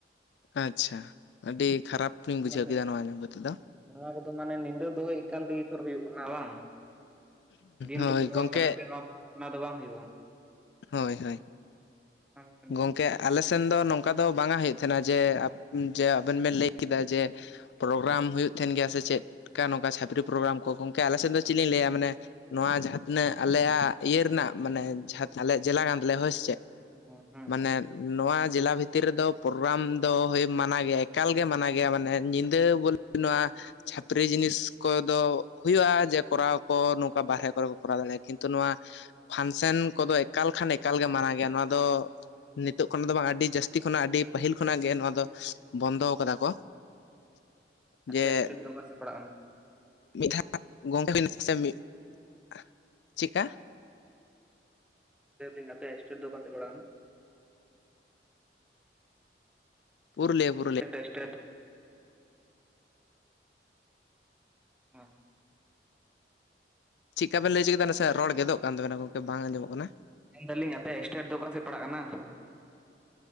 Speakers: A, on the left; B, in the centre.
A: ᱟᱪᱪᱷᱟ, ᱟᱹᱰᱤ ᱠᱷᱟᱨᱟᱯ ᱞᱤᱧ ᱵᱩᱡᱷᱟᱹᱣ
B: ᱢᱟᱱᱮ
A: ᱠᱮᱫᱟ ᱱᱚᱣᱟ ᱟᱡᱚᱢ ᱠᱟᱛᱮᱫ ᱫᱚ
B: ᱱᱚᱣᱟ ᱠᱚᱫᱚ ᱢᱟᱱᱮ ᱱᱤᱫᱟᱹ ᱫᱚᱦᱚᱭᱮᱫ ᱠᱟᱱ ᱛᱮᱜᱮ ᱛᱷᱚᱨ ᱦᱩᱭᱩᱜ ᱠᱟᱱᱟ ᱵᱟᱝ ᱫᱤᱱ
A: ᱦᱳᱭ
B: ᱨᱮᱠᱚ ᱫᱚᱦᱚ
A: ᱜᱚᱝᱠᱮ
B: ᱠᱷᱚᱱ ᱱᱚᱣᱟ <unintelligible> ᱱᱚᱣᱟ ᱫᱚ ᱵᱟᱝ ᱦᱩᱭᱩᱜᱼᱟ᱾
A: ᱦᱳᱭ ᱦᱳᱭ
B: ᱚᱱᱟᱜᱮ ᱢᱮᱱᱮᱫ
A: ᱜᱚᱝᱠᱮ
B: ᱠᱟᱱ
A: ᱟᱞᱮ ᱥᱮᱱ ᱫᱚ ᱱᱚᱝᱠᱟ ᱫᱚ ᱵᱟᱝᱟ ᱦᱩᱭᱩᱜ ᱛᱟᱦᱮᱸᱱᱟ, ᱡᱮ ᱡᱮ ᱟᱵᱮᱱ ᱵᱮᱱ ᱞᱟᱹᱭ ᱠᱮᱫᱟ ᱡᱮ ᱯᱨᱳᱜᱨᱟᱢ ᱦᱩᱭᱩᱜ ᱛᱟᱦᱮᱱ ᱜᱮᱭᱟ ᱥᱮ ᱪᱮᱫᱮᱠᱟ ᱪᱷᱟᱯᱨᱤ ᱯᱨᱳᱜᱨᱟᱢ ᱠᱚ ᱜᱚᱝᱠᱮ ᱟᱞᱮ ᱥᱮᱫ ᱫᱚ ᱪᱮᱫ ᱞᱤᱧ ᱞᱟᱹᱭᱟ ᱢᱟᱱᱮ ᱱᱚᱣᱟ ᱡᱟᱦᱟᱸ ᱛᱤᱱᱟᱹᱜ ᱟᱞᱮᱭᱟᱜ ᱤᱭᱟᱹ ᱨᱮᱱᱟᱜ ᱢᱟᱱᱮ ᱡᱟᱦᱟ ᱟᱞᱮ ᱡᱮᱞᱟ ᱜᱟᱱ ᱫᱚᱞᱮ ᱦᱳᱭ ᱥᱮ ᱪᱮᱫ
B: ᱦᱩᱸ ᱦᱩᱸ
A: ᱢᱟᱱᱮ
B: ᱦᱩᱸ
A: ᱱᱚᱣᱟ ᱡᱮᱞᱟ ᱵᱷᱤᱛᱤᱨ ᱨᱮᱫᱚ ᱯᱨᱳᱨᱟᱢ ᱫᱚ ᱢᱟᱱᱟ ᱜᱮᱭᱟ ᱮᱠᱟᱞᱜᱮ ᱢᱟᱱᱟ ᱜᱮᱭᱟ ᱢᱟᱱᱮ ᱧᱤᱫᱟᱹ ᱵᱚᱞ ᱱᱚᱣᱟ᱾ ᱪᱷᱟᱹᱯᱨᱤ ᱡᱤᱱᱤᱥ ᱠᱚᱫᱚ ᱦᱩᱭᱩᱜᱼᱟ᱾ ᱡᱮ ᱠᱚᱨᱟᱣ ᱠᱚ ᱱᱚᱝᱠᱟ ᱵᱟᱦᱨᱮ ᱠᱚᱨᱮ ᱠᱚ ᱠᱚᱨᱟᱣ ᱫᱟᱲᱮᱭᱟᱜᱼᱟ᱾ ᱠᱤᱱᱛᱩ ᱱᱚᱣᱟ ᱯᱷᱟᱱᱥᱮᱱ ᱠᱚᱫᱚ ᱮᱠᱟᱞ ᱢᱟᱱᱟ ᱜᱮᱭᱟ ᱱᱚᱣᱟ ᱫᱚ ᱱᱤᱛᱚᱜ ᱠᱷᱚᱱᱟᱜ ᱫᱚ ᱵᱟᱝ᱾ ᱟᱹᱰᱤ ᱡᱟᱹᱥᱛᱤ ᱠᱷᱚᱱᱟᱜ ᱟᱹᱰᱤ ᱯᱟᱹᱦᱤᱞ ᱠᱷᱚᱱᱟᱜ ᱜᱮ ᱱᱚᱣᱟ ᱫᱚ ᱵᱚᱱᱫᱚ ᱠᱟᱫᱟ ᱠᱚ᱾
B: ᱟᱯᱮᱭᱟᱜ
A: ᱡᱮ
B: ᱮᱥᱴᱮᱰ ᱫᱚ ᱚᱠᱟ ᱥᱮᱫ ᱯᱟᱲᱟᱜ ᱠᱟᱱᱟ?
A: ᱢᱤᱫ ᱫᱷᱟᱣ ᱜᱚᱝᱠᱮ <unintelligible> ᱪᱮᱫᱠᱟ
B: ᱞᱟᱭ ᱫᱤᱧ ᱟᱯᱮᱭᱟᱜ ᱮᱥᱴᱮᱰ ᱫᱚ ᱚᱠᱟ ᱥᱮᱫ ᱯᱟᱲᱟᱜ ᱱᱟ᱾
A: Purulia Purulia
B: state state. ᱦᱮᱸ <unintelligible>
A: ᱪᱤᱜᱠᱟ ᱵᱮᱱ ᱞᱟᱹᱭᱪᱚ ᱠᱮᱫᱟ ᱱᱟᱥᱮ ᱨᱚᱲ ᱜᱮᱫᱚᱜ ᱠᱟᱱ ᱛᱟᱵᱱᱟ ᱜᱚᱝᱠᱮ ᱵᱟᱝ ᱟᱸᱡᱚᱢᱚᱜ ᱠᱟᱱᱟ᱾
B: ᱢᱮᱱᱫᱟ ᱞᱤᱧ ᱟᱯᱮ ᱥᱴᱮᱴ ᱫᱚ ᱚᱠᱟ ᱥᱮᱫ ᱯᱟᱲᱟᱜ ᱠᱟᱱᱟ᱾